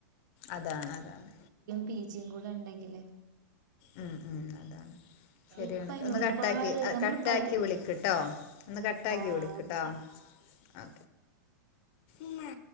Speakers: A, on the left (about 35°); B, on the right (about 75°).
A: അതാണ് അതാണ്
B: പി ജിയും കൂടെ ഇണ്ടെങ്കില്
A: ഉം ഉം അതാണ് ശരിയാണ്
B: ഇപ്പ അയിന്
A: ഒന്ന്
B: ഒരുപാട്
A: കട്ടാക്കി
B: നമ്മള്
A: കട്ടാക്കി
B: പഠി
A: വിളിക്ക്ട്ടോ ഒന്ന് കട്ടാക്കി
B: ആ
A: വിളിക്ക്ട്ടോ
B: ഓക്കെ
A: അ ഇമ്മ